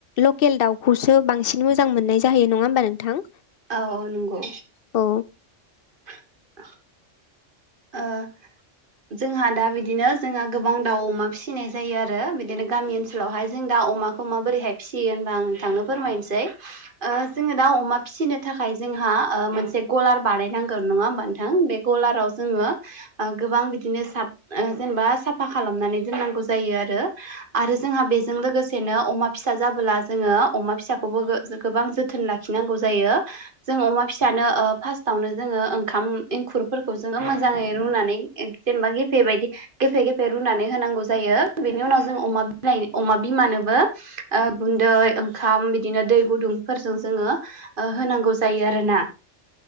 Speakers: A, on the left; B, on the right.
A: लकेल दाउखौसो बांसिन मोजां मोननाय जायो नङा होमबा नोंथां
B: औ औ नंगौ
A: औ
B: <inaudible> ओ जोंहा दा बिदिनो जोंहा गोबां दाउ अमा फिसिनाय जायो आरो बिदिनो गामि ओनसोलावहाय जों दा अमाखौ माबोरैहाय फियोबा होनबा नोंथांनो फोरमायनोसै ओ जोङो दा अमा फिसिनो थाखाय जोंहा मोनसे गलार बानायनांगोन नङा होमबा नोंथां बे गलाराव जोङो ओ गोबां बिदिनो साब जेनेबा ओ साफा खालामनानै दोननांगौ जायो आरो आरो जोंहा बेजों लोगोसेनो अमा फिसा जाबोला जोङो अमा फिसाखौबो गोबां जोथोन ला लाखिनांगौ जायो जों अमा फिसानो ओ फासथावनो ओंखाम एंखुरफोरखौ जोङो मोजांङै रुनानै जेनेबा गेफे बायदि गेफे गेफे रुनानै होनांगौ जायो बेनि उनाव जों अमा बि अमा बिमानोबो गुन्दै ओंखाम बिदिनो दै गुदुंफोरजों जोंङो होनांगौ जायो आरोना